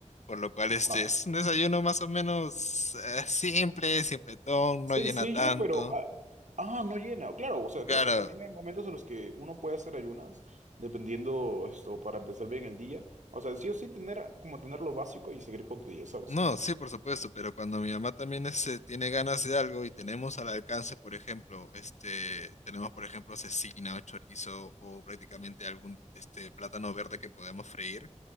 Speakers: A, on the left; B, on the right.
A: Por lo cual este
B: Ajá.
A: es un desayuno más o menos eh, simple, simpletón,
B: Sencillo,
A: no llena tanto.
B: pero... Ah, ah, no llena. Claro, o sea,
A: Claro,
B: creo que también hay momentos en los que uno puede hacer ayunas, dependiendo esto, para empezar bien el día. O sea, sí o sí tener como tener lo básico y seguir con tu día, ¿sabes?
A: no, sí, por supuesto, pero cuando mi mamá también este, tiene ganas de algo y tenemos al alcance, por ejemplo, este, tenemos por ejemplo cecina o chorizo o prácticamente algún este, plátano verde que podemos freír.